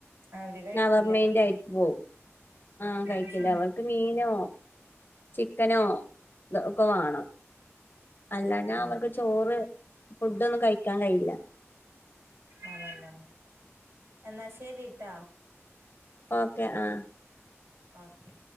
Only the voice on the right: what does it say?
അവര് കഴിക്കില്ല
ഉം
ഉം
അതന്നെ എന്നാ ശരിട്ടാ
ഓക്കെ